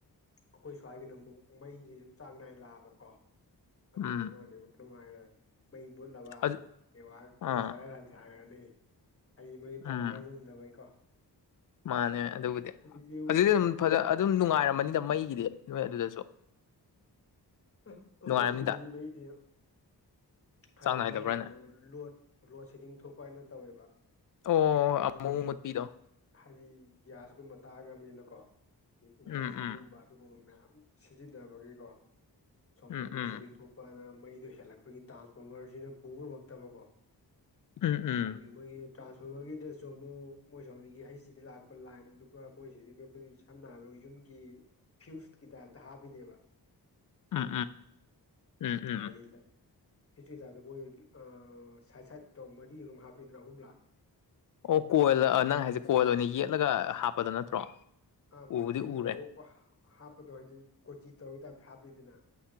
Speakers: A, on the left; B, on the left.
A: ꯑꯈꯣꯏ ꯁ꯭ꯋꯥꯏꯒꯤꯅ ꯑꯃꯨꯛ ꯃꯩꯖꯦ ꯑꯗꯨꯝ ꯆꯥꯡ ꯅꯥꯏ ꯂꯥꯛꯑꯕꯀꯣ ꯑꯗꯨꯗꯨꯃ
B: ꯎꯝ
A: <unintelligible> ꯅꯨꯡꯉꯥꯏꯔꯦ ꯃꯩ ꯃꯨꯠꯂꯕ
B: ꯑꯗꯨ
A: ꯅꯦꯠꯋꯥꯛ
B: ꯑꯥ
A: <unintelligible> ꯖꯔ ꯍꯟꯊꯒ꯭ꯔꯅꯤ ꯍꯥꯏꯗꯤ ꯃꯣꯏ ꯒꯤ ꯇꯋꯥꯔ
B: ꯎꯝ
A: ꯉꯪꯗꯕꯩꯀꯣ
B: ꯃꯥꯅꯦ ꯑꯗꯨꯕꯨꯗꯤ
A: ꯑꯗꯒꯤꯕꯨ
B: ꯍꯧꯖꯤꯛꯇꯤ ꯗꯨꯝ ꯐꯖ ꯑꯗꯨꯝ ꯅꯨꯡꯉꯥꯏꯔꯝꯃꯅꯤꯗ ꯃꯩꯒꯤꯗꯤ ꯅꯣꯏ ꯑꯗꯨꯗꯁꯨ
A: <unintelligible> ꯑꯈꯣꯏ
B: ꯅꯨꯡꯉꯥꯏꯔꯝꯅꯤꯗ
A: ꯁꯤꯗꯗꯤ ꯃꯩꯗꯤ ꯍꯥꯏꯗꯤ
B: ꯆꯥꯡ ꯅꯥꯏꯗꯕ꯭ꯔꯥꯅꯦ
A: ꯃꯣꯏ ꯀꯩꯅꯣ ꯂꯣꯠ ꯂꯣꯠ ꯁꯦꯗꯤꯡ ꯊꯣꯛꯄ ꯍꯥꯏꯅ ꯇꯧꯋꯦꯕ
B: ꯑꯣ
A: ꯍꯥꯏꯗꯤ
B: ꯑꯃꯨꯛ ꯃꯨꯠꯄꯤꯗꯣ
A: ꯍꯥꯏꯗꯤ ꯒ꯭ꯌꯥꯁꯀꯨꯝꯕ ꯇꯥꯡꯉꯃꯤꯅꯀꯣ ꯏꯟꯗꯛꯁꯟꯒꯨꯝ
B: ꯎꯝ ꯎꯝ
A: ꯕ ꯑꯗꯨꯒꯨꯝꯕ ꯃꯌꯥꯝ ꯁꯤꯖꯤꯟꯅꯕꯒꯤꯀꯣ ꯁꯣꯝꯗ
B: ꯎꯝ
A: ꯂꯣꯠ
B: ꯎꯝ
A: ꯁꯦꯗꯤꯡ ꯊꯣꯛꯄꯅ ꯃꯩꯗꯣ ꯍꯦꯜꯂꯛꯄꯒꯤ ꯇꯥꯟꯁꯕꫭꯝꯃꯔꯖꯤꯅ ꯄꯨ ꯉꯝꯃꯛꯇꯕꯀꯣ
B: ꯎꯝ ꯎꯝ
A: ꯑꯗꯨꯒꯤ ꯃꯣꯏꯒꯤ ꯇ꯭ꯔꯥꯟꯁꯕꫭꯝꯃꯔꯒꯤꯗꯁꯨ ꯑꯃꯨꯛ ꯃꯣꯏ ꯁꯣꯝꯗꯒꯤ ꯍꯩꯁ ꯗꯤꯗ ꯂꯥꯛꯄ ꯂꯥꯏꯟꯗꯨꯒ ꯃꯣꯏꯁꯤꯗꯩ <unintelligible> ꯑꯈꯣꯏꯒꯤ ꯁꯝꯅ ꯍꯥꯏꯔꯕꯗ ꯌꯨꯝꯒꯤ ꯐ꯭ꯌꯨꯁꯀꯤ ꯇꯥꯏꯞꯇ ꯍꯥꯞꯄꯤꯅꯦꯕ
B: ꯎꯝ
A: ꯈꯪꯕ꯭ꯔ
B: ꯎꯝ ꯎꯝ
A: ꯍꯥꯏꯗꯤ
B: ꯎꯝ
A: ꯐꯤꯖꯤ <unintelligible> ꯃꯣꯏ ꯑ ꯁꯥꯏꯠ ꯁꯥꯏꯠꯇꯣ ꯃꯔꯤꯔꫭ <unintelligible> ꯍꯥꯞꯄꯤꯗꯅ ꯑꯍꯨꯝꯂ
B: ꯑꯣ ꯀꯣꯏꯜꯂ ꯅꯪ ꯍꯥꯏꯁꯦ ꯀꯣꯏꯜ ꯑꯣꯏꯅ ꯌꯦꯠꯂꯒ ꯍꯥꯞꯄꯗꯣ ꯅꯠꯇ꯭ꯔꯣ
A: ꯑꯥ
B: ꯎꯕꯨꯗꯤ
A: ꯃꯇꯦꯛ
B: ꯎꯔꯦ
A: <unintelligible> ꯍꯥꯞꯄꯗꯣ ꯍꯥꯏꯗꯤ ꯀꯣꯆꯤ ꯇꯧꯔ ꯇꯥꯏꯞꯇ ꯍꯥꯞꯄꯤꯗꯅ